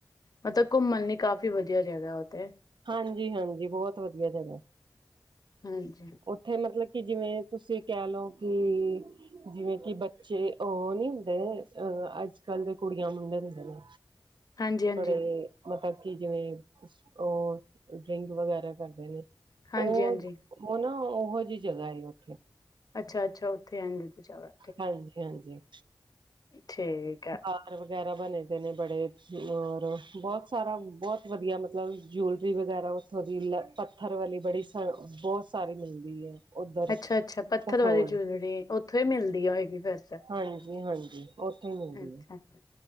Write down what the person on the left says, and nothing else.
ਮਤਲਬ ਘੁੰਮਣ ਲਈ ਕਾਫੀ ਵਧ ਐ ਜਗਾ ਔਤੇ।
ਹਾਂਜੀ।
ਹਾਂਜੀ ਹਾਂਜੀ
ਹਾਂਜੀ
ਹਾਂਜੀ
ਅੱਛਾ ਅੱਛਾ ਉੱਥੇ ਆ
ਠੀਕ ਆ।
ਅੱਛਾ ਅੱਛਾ ਪੱਥਰ
ਵਾਲੇ ਜੁਅਲਰੀ। ਉੱਥੇ, ਮਿਲਦੀ ਹੋਏਗੀ। <unintelligible> ਫੇਰ ਤੇ,
ਅੱਛਾ।